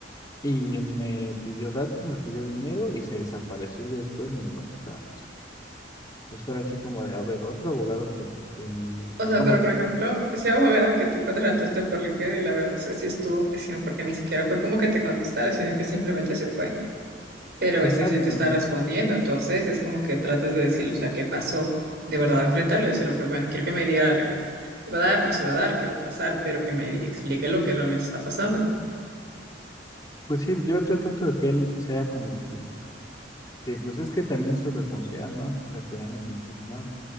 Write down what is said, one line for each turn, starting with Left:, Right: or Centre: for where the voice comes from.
Left: Y me pidió datos, me pidió dinero y se desapareció y después ni me contactaba. Entonces fue así como de, a ver, otro abogado que, que me-
Right: O sea,
Left: Bueno,
Right: pero por ejemplo, ese abogado que tú contrataste por LinkedIn, la verdad, no sé si estuvo pésimo porque ni siquiera fue como que te contestara, sino que simplemente se fue. Pero
Left: exacto.
Right: este sí te está respondiendo, entonces es como que tratas de decirle, o sea, ¿qué pasó? De verdad, enfrentarlo y decirle, pues bueno, quiero que me diga la realidad. ¿Se va a dar? ¿No se va a dar? ¿Qué va a pasar? Pero que me explique lo que realmente está pasando.
Left: Pues sí, yo, yo trato de que él sea como que... que, pues es que también es su responsabilidad, ¿no? El tener que informar.